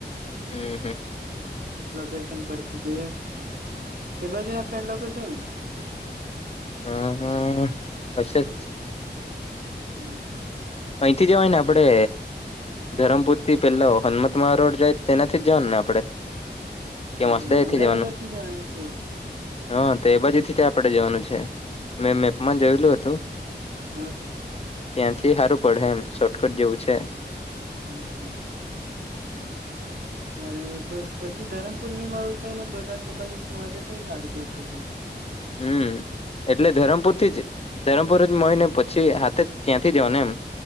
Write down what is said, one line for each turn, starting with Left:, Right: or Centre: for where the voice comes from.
Left: હમ હમ
Right: લોકેશન પરથી જઈએ તે બાજુના ફ્રેન્ડ લોકો છે ને
Left: હ હા અશે જ
Right: હમ્મ
Left: અહીંથી જવાય ને આપડે ધરમપુર થી પેલા હનમત મહા રોડ જાય તેનાથી જ જવાનું ને આપડે કે
Right: હા
Left: વાસદાએથી
Right: અંદર
Left: જવાનું
Right: અંદર થી જવાનું કે
Left: હ તે બાજુથી જ આપડે જવાનું છે. મેં મેપમા જોયેલું હતું.
Right: હા
Left: ત્યાંથી હારું પડહે એમ શોર્ટકટ જેવું છે.
Right: હા હા. ત્યારે તો પછી ધરમ પૂર્ણિમા હતા ને બધા તે બાજુ મળતે તો હારું પડતે કે
Left: હમ એટલે ધરમપુર થી જ ધરમપુર જ મળીને પછી હાથે ત્યાંથી જવા ને એમ